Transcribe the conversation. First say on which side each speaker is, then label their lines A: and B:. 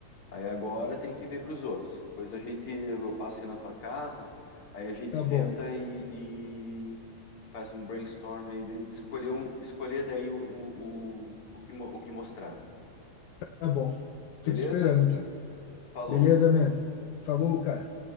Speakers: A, on the left; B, on the left.
A: Aí agora tem que ver para os outros. Depois a gente, eu passo aí na tua casa, aí a gente
B: Tá
A: senta
B: bom,
A: e, e- e faz um brainstorm aí, de escolher, um, escolher daí o, o, o, o que, mo- o que mostrar.
B: tá bom.
A: Beleza?
B: Tô te esperando então.
A: Falou.
B: Beleza, man? Falou, cara.